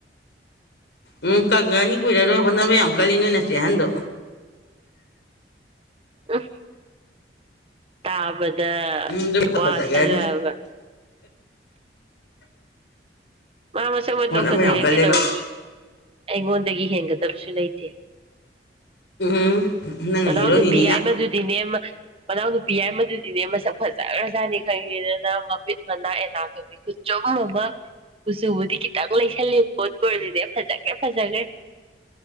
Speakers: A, on the left; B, on the right.
A: ꯎꯝ ꯀꯪꯒꯅꯤ ꯀꯨꯏꯔꯔꯣꯏ ꯍꯣꯠꯅꯕ ꯌꯥꯝ ꯀꯥꯜꯂꯤ ꯅꯣꯏ ꯅꯁꯦ ꯑꯍꯟꯗꯣ
B: ꯎꯝ ꯇꯥꯕꯗ
A: ꯎꯝ ꯑꯗꯨ
B: ꯋꯥꯁꯜꯂꯛꯑꯕ
A: ꯐꯖꯒ꯭ꯔꯅꯤ
B: ꯃꯥ ꯃꯁꯛ ꯃꯇꯧ
A: ꯍꯣꯠꯅꯕ
B: ꯐꯖꯩꯍꯦ
A: ꯌꯥꯝ ꯀꯜꯂꯦꯕ
B: ꯀꯩꯗꯧꯔꯨꯅꯤ ꯑꯩꯉꯣꯟꯗꯒꯤ ꯍꯦꯟꯒꯗꯕꯁꯨ ꯂꯩꯇꯦ
A: ꯎꯝ ꯅꯪꯅ
B: ꯃꯅꯥꯎ
A: ꯍꯦꯔꯣꯅꯤꯅꯤꯅ
B: ꯅꯨꯄꯤ ꯌꯥꯢꯃ ꯗꯨꯗꯤꯅꯦ ꯃꯅꯥꯎ ꯅꯨꯄꯤ ꯌꯥꯏ ꯃꯗꯨꯗꯤꯅꯦ ꯃꯁꯛ ꯐꯖꯈ꯭ꯔꯖꯥꯠꯅꯤ ꯈꯪꯉꯦꯗꯅ ꯃꯃꯤꯠ ꯃꯅꯥ ꯑꯦꯅꯥ ꯇꯣꯃꯤ ꯈꯨꯆꯨꯝ ꯑꯃ ꯀꯨꯆꯨꯕꯨꯗꯤ ꯈꯤꯇꯪ ꯂꯩꯁꯜꯂꯤ ꯑꯗꯨ ꯑꯣꯢꯔꯁꯨ ꯐꯖꯈ꯭ꯔꯦ ꯐꯖꯈ꯭ꯔꯦ